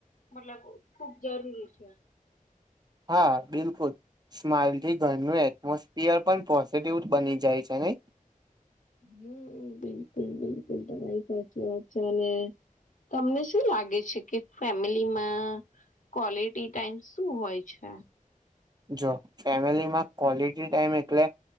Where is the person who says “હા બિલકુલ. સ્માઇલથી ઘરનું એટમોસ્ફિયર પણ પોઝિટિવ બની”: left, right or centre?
Right